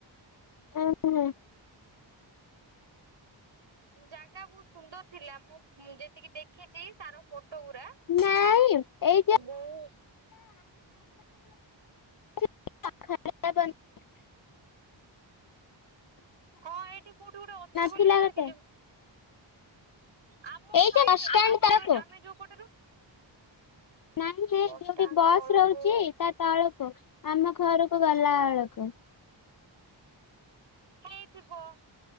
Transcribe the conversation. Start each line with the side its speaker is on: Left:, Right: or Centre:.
Left: ଓ ହ ହ।
Right: ଜାଗା ବହୁତ ସୁନ୍ଦର ଥିଲା ମୁଁ ଯେତିକି ଦେଖିଛି ତାର ପଟଉରା
Left: ନାଇଁ ଏଇ
Right: ବଉ
Left: <unintelligible>
Right: ହଁ ଏଇଠି କୋଉଠି ଗୋଟେ ଅଛି
Left: ନଥିଲା
Right: ବୋଲି ଶୁଣିଥିଲି।
Left: ଗୋଟେ
Right: ଆମ
Left: ଏଇ
Right: ସାଇଟ
Left: ଯୋଉ ବସଷ୍ଟାଣ୍ଡ
Right: ଆମର
Left: ତଳକୁ
Right: ଆମେ ଯୋଉ ପଟେରୁ
Left: ନାଇଁ ନାଇଁ
Right: ବସଷ୍ଟାଣ୍ଡ
Left: ଯୋଉଠି ବସ୍
Right: ତଳକୁ
Left: ରହୁଛି ତା ତଳକୁ ଆମ ଘରକୁ ଗଲା ବେଳକୁ
Right: ହେଇଥିବ।